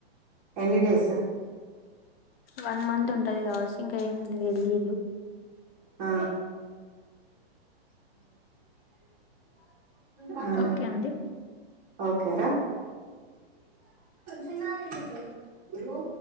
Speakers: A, on the right; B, on the left.
A: ఎన్నీ డేస్
B: వన్ మంత్ ఉంటది కావొస్ ఇంకా ఏమి తెలి
A: ఆ ఆ ఆ
B: ఓకే అండి
A: ఓకేరా చిన్నది విండుతారు